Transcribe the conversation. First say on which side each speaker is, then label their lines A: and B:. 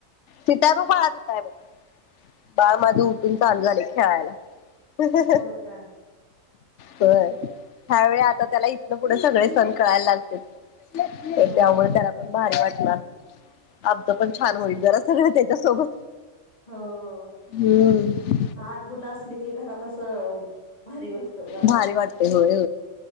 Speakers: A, on the left; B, on the left.
A: तीत त्याब बळा तिथं हाय बघ बाळ माझ उठून चालू झालय खेळायला अहह
B: होय का?
A: होय ह्यावेळी आता त्याला इथन पुढे सगळे सण कळायला लागतेत तर
B: हो.
A: त्यामुळे त्याला पण भारी वाटणार आमचं पण छान होईल जर सगळं त्याच्यासोबत
B: हो
A: हम्म
B: लहान मुलं असली की घरात असं भारी वाटतो जरा
A: भारी वाटतंय होय